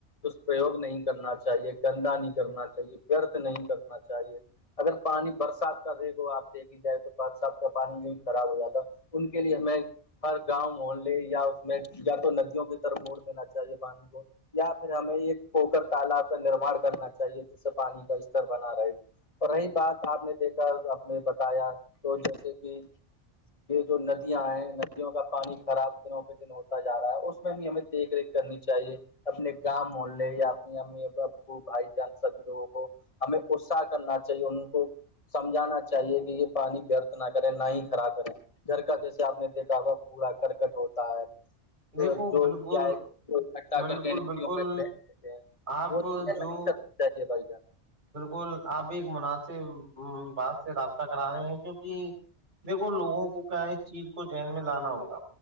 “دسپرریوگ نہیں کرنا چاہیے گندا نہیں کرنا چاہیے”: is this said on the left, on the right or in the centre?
Left